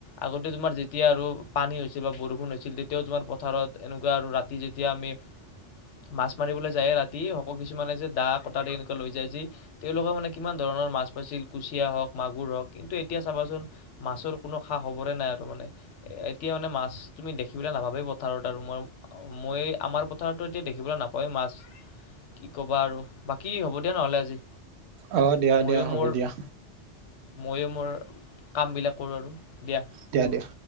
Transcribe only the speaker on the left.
আগতে তোমাৰ যেতিয়া আৰু পানী হৈছিল বা বৰষুণ হৈছিল তেতিয়াও তোমাৰ পথাৰত এনেকুৱা আৰু ৰাতি ম আি ম মাৰিবলৈ যায় ৰাতি সকলো কিছুমানে যে দা কটাৰ দি এনেকুৱৈ লৈ যায় যি তেওঁলোকৰ মানে কিমান ধৰণৰ মাছ পাইছিল কুচিয়া হওক মাগুৰ হওক কিন্তু এতিয়া চাবাচোন মাছৰ কোনো খা হবৰে নাই আৰু মানে এ এতিয়া মানে মাছ তুমি দেখিবলৈ নাভাবেই পথাৰত আৰু মই অ মই আমাৰ পথাৰতো এতিয়া দেখিবলৈ নাপাওঁ তই মাছ কি ক'বা আৰু বাকী হ'ব দিয়া নহ'লে আজি
ময়ো
মোৰ
ময়ো মোৰ কামবিলাক কৰোঁ আৰু দিয়া